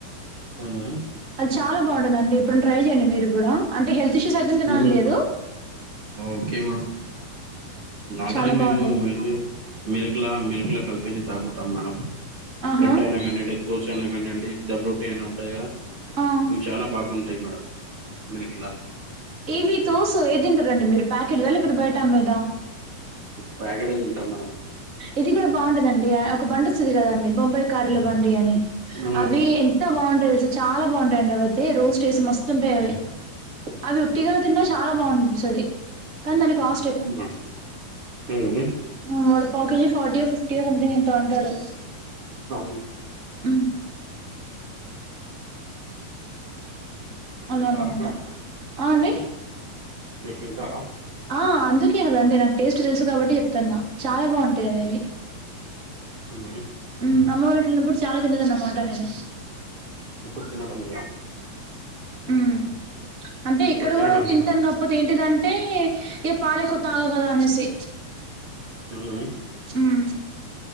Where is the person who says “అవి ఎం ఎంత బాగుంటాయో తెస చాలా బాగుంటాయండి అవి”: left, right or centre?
Right